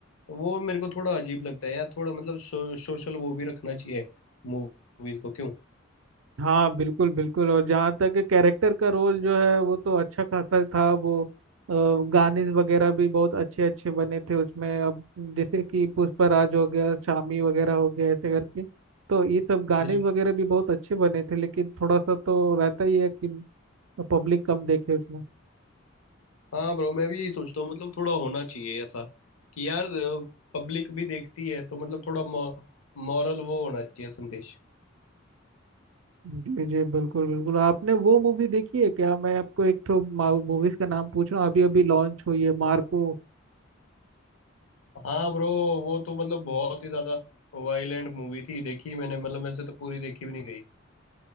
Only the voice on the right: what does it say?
हाँ बिल्कुल बिल्कुल और जहाँ तक कैरेक्टर का रोल जो है वो तो अच्छा खासा था वो अ, गाने वगैरह भी बहुत अच्छे अच्छे बने थे उसमें अब जैसे कि पुष्पराज हो गया शामी वगैरह हो गया ऐसे करके तो ये सब गाने
वगैरह भी बहुत अच्छे बने थे लेकिन थोड़ा सा तो रहता ही है कि पब्लिक कम देखे उसमें
जी जी बिल्कुल बिल्कुल आपने वो मूवी देखी है क्या मैं आपको एक तो मूवीज का नाम पूछ रहा हूँ अभी अभी लॉन्च हुई है मार्को